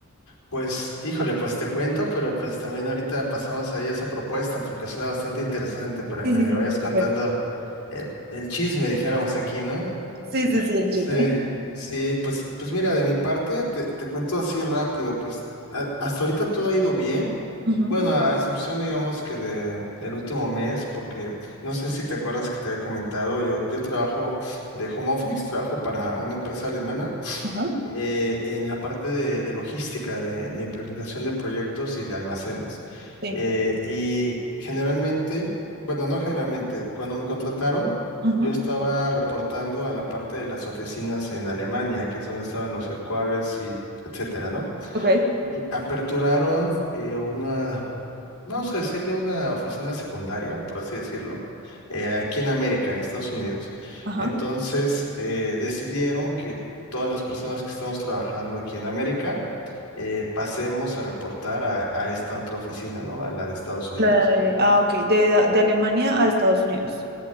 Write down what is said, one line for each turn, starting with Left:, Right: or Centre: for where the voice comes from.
Left: Pues, híjole, pues te cuento, pero pues también ahorita pasamos ahí a esa propuesta porque suena bastante interesante para
Right: Sí,
Left: que
Right: sí,
Left: me
Right: sí.
Left: vayas
Right: ya
Left: contando
Right: me acuerdo.
Left: eh, el chisme, dijéramos aquí, ¿no?
Right: Sí, sí, sí, el
Left: Sí,
Right: chisme.
Left: sí, pues, pues mira, de mi parte te, te cuento así rápido, pues a- hasta ahorita todo ha ido bien.
Right: Ujú,
Left: Bueno, a excepción, digamos que de, del último mes, porque no sé si te acuerdas que te había comentado, yo, yo trabajo de home office, trabajo para una empresa alemana
Right: Ajá,
Left: eh, en la parte de, de logística, de, de implementación de proyectos y de almacenes.
Right: sí.
Left: Eh, y generalmente, bueno, no generalmente, cuando me contrataron,
Right: ujú,
Left: yo estaba reportando a la parte de las oficinas en Alemania, que es donde estaban los headquarters y etcétera, ¿no?
Right: Ok,
Left: Y aperturaron eh, una, vamos a decirle una oficina secundaria, por así decirlo, eh, aquí en América, en Estados Unidos.
Right: ajá.
Left: Entonces, eh, decidieron que todas las personas que estamos trabajando aquí en América, eh, pasemos a reportar a, a esta otra oficina, ¿no? A la de Estados Unidos.
Right: La de- ah, ok, de, de Alemania a Estados Unidos.